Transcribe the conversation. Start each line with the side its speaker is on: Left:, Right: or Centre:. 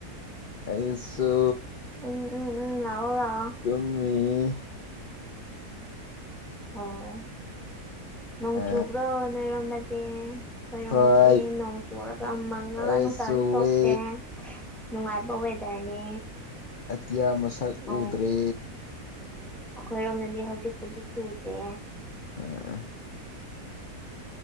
Left: ꯑꯩꯁꯨ
Centre: ꯎꯝ ꯎꯝ ꯎꯝ ꯂꯥꯛꯑꯣ ꯂꯥꯛꯑꯣ
Left: ꯇꯨꯝ ꯑꯩ
Centre: ꯑꯣ ꯅꯣꯡ
Left: ꯑ
Centre: ꯆꯨꯕꯔꯣ ꯅꯣꯏꯔꯣꯝꯗꯗꯤ ꯑꯩꯈꯣꯏꯔꯣꯝꯗꯗꯤ
Left: ꯍꯣꯏ
Centre: ꯅꯣꯡ ꯆꯨꯔꯒ ꯃꯪꯉꯒ
Left: ꯑꯩꯁꯨ
Centre: ꯅꯨꯡꯁꯥꯁꯨ ꯊꯣꯛꯇꯦ
Left: ꯋꯦ
Centre: ꯅꯨꯡꯉꯥꯏꯕ ꯋꯦꯗꯔꯅꯦ
Left: ꯑꯇꯤꯌꯥ ꯃꯁꯛ
Centre: ꯑꯣ
Left: ꯎꯗ꯭ꯔꯦ
Centre: ꯑꯩꯈꯣꯏꯔꯣꯝꯗꯗꯤ ꯍꯧꯖꯤꯛꯄꯨꯗꯤ ꯆꯨꯗꯦ
Left: ꯑ <inaudible>